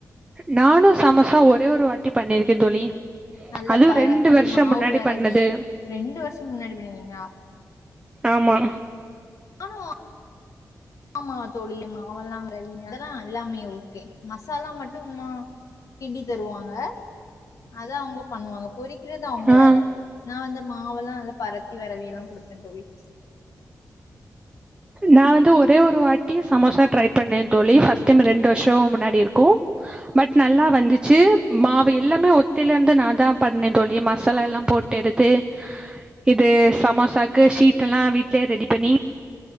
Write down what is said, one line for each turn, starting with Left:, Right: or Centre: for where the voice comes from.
Right: நானு சமோசா ஒரே ஒரு வாட்டி பண்ணிருக்கே தோழி
Left: நல்லா
Right: அதுவும்
Left: பரத்தி
Right: ரெண்டு வருஷம்
Left: மாவு
Right: முன்னாடி
Left: வெரவி
Right: பண்ணது
Left: ரெண்டு வர்ஷோ முன்னாடி பண்ணிருக்கீங்லா
Right: ஆமா
Left: ஆமாவா ஆமா தோழி மாவுல்லா வெரவி அதெல்லா எல்லாமே ஓகே மசாலா மட்டு ம்மா கிண்டித் தருவாங்க அத அவுங்க பண்ணுவாங்க பொறிக்கிறது அவுங்க
Right: ஆ
Left: வேல நா வந்து மாவெல்லா நல்லா பரத்தி வெரவி எல்லா குடுப்பே தோழி
Right: நா வந்து ஒரே ஒரு வாட்டி சமோசா ட்ரை பண்ணே தோழி ஃபஸ்ட் டைம் ரெண்டு வர்ஷோ முன்னாடி இருக்கு பட் நல்லா வந்துச்சு மாவு எல்லாமே ஒத்திலருந்து நாதா பண்ணே தோழி மசாலா எல்லா போட்டெடுத்து இது சமோசாக்கு ஷீட்டெல்லா வீட்லயே ரெடி பண்ணி